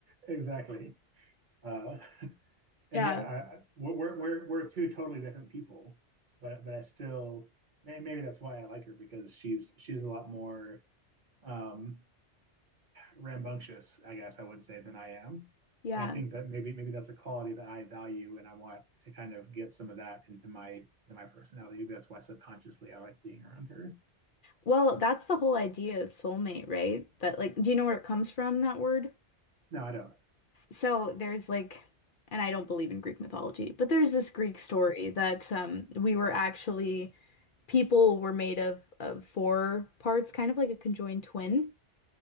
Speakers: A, on the right (about 50°); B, on the left (about 55°).
A: exactly. Uh, and
B: Yeah.
A: yeah, I, we're we're we're two totally different people, but but I still maybe that's why I like her because she's she's a lot more um, rambunctious, I guess I would say, than I am,
B: Yeah.
A: and I think that maybe maybe that's a quality that I value, and I want to kind of get some of that into my into my personality. Maybe that's why subconsciously I like being around her.
B: Well, that's the whole idea of soulmate, right? That like, do you know where it comes from, that word?
A: No, I don't.
B: So there's like, and I don't believe in Greek mythology, but there's this Greek story that um we were actually people were made of of four parts, kind of like a conjoined twin.